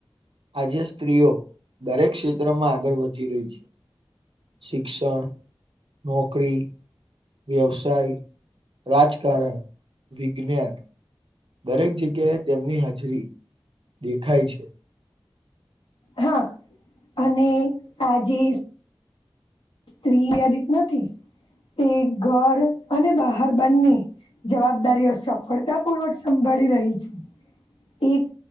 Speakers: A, on the right (about 75°); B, on the left (about 75°).
A: આજે સ્ત્રીઓ દરેક ક્ષેત્રમાં આગળ વધી રહી છે. શિક્ષણ, નોકરી વ્યવસાય, રાજકારણ, વિજ્ઞાન દરેક જગ્યાએ તેમની હાજરી દેખાય છે.
B: હા, અને આજે સ્ત્રી વ્યાદિત નથી તે ઘર અને બહાર બંને. જવાબદારીઓ સફળતા પૂર્વક સંભાળી રહી છે. એક